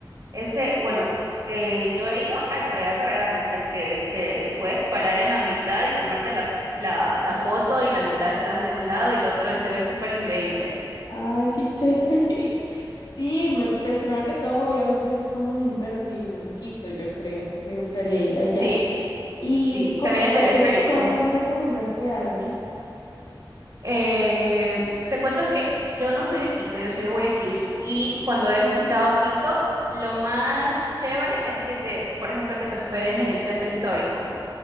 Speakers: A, on the right; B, on the left.
A: Ese, bueno, eh, yo he ido al Real Real, o sea, el que te puedes parar en la mitad y tomarte la, la, la foto y la mitad estás de un lado y el otro y se ve súper increíble.
B: Ay, qué chévere. <laughs> Sí, me- pues primero que todo, obviamente eso es como un imperdible en Quito, yo creo. Me gustaría ir allá.
A: Sí.
B: ¿Y
A: Sí, y
B: como
A: también el
B: por
A: teleférico.
B: qué zona me recomiendas quedarme?
A: Eh, te cuento que yo no soy de Quito, yo soy de Guayaquil y cuando he visitado Quito, lo más chévere es que te, por ejemplo, que te hospedes en el centro histórico.